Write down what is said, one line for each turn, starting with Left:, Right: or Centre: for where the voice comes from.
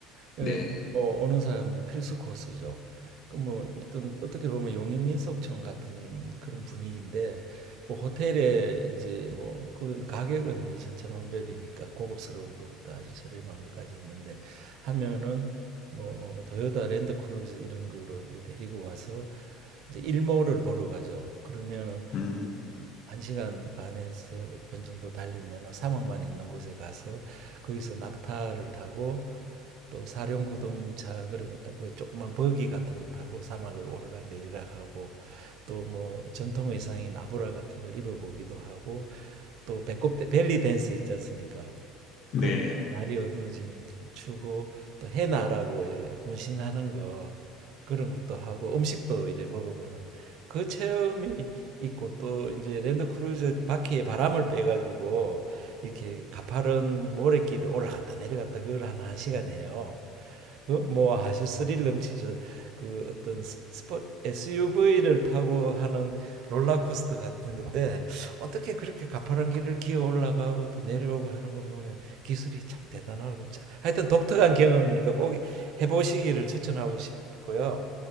Right: 그러니까
Left: 네.
Right: 뭐 오는 사람들 필수 코스죠. 그 뭐 어떤 어떻게 보면 용인민속촌 같은 그런 분위기인데 뭐 호텔에 이제 뭐 그건 가격은 이제 천차만별이니까 고급스러운 것부터 아주 저렴한 것까지 있는데 하면은 뭐 토요타 랜드크루즈 이런 거로 이제 데리고 와서 이제 일몰을 보러 가죠. 그러면은
Left: 음.
Right: 한시간 반에서 반 정도 달리면 사막만 있는 곳에 가서 거기서 낙타를 타고 또 사륜 구동차 그런 아, 뭐 조그만 버기 같은 거 타고 사막을 오르락 내리락 하고 또 뭐 전통 의상인 아브라 같은 걸 입어보기도 하고 또 배꼽 벨리 댄스 있지 않습니까?
Left: 네.
Right: 그런 날이 어두워지면 추고 또 해나라고 이래 문신하는 거 그런 것도 하고 음식도 이래 먹어보는 그 체험이 있고 또 이제 랜드크루저 바퀴에 바람을 빼가지고 이렇게 가파른 모래길을 올라갔다 내려갔다 그걸 한 1시간 해요. 그 뭐 아주 스릴 넘치죠. 그 어떤 스- 스 SUV를 타고 하는 롤러코스터 같은 건데 어떻게 그렇게 가파른 길을 기어 올라가고 또 내려오고 하는 거 보면 기술이 참 대단하고 자- 하여튼 독특한 경험이니까 꼭 해보시기를 추천하고 싶고요.